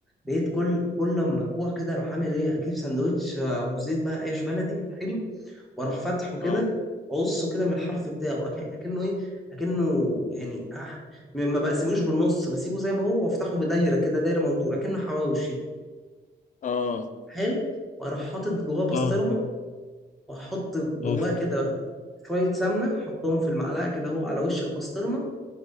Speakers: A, in the centre; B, on the left.
A: بقيت كل كل لما اجوع كده اروح عامل ايه اجيب سندوتش آه، ابو زيت بقى عيش بلدي حلو واروح فاتحه كده
B: اه
A: اقصه كده من الحرف بتاعه أك- اكنه ايه اكنه يعني أح- م- ما بقسموش بالنص بسيبه زي ما هو وافتحه بدايره كده دايره مدوره اكنه حواوشي
B: اه
A: حلو واروح حاطط جواه بسطرمه
B: اه
A: وهحط جواه
B: اوف
A: كده شوية سمنة حطهم في المعلقة كده هو على وش البسطرمة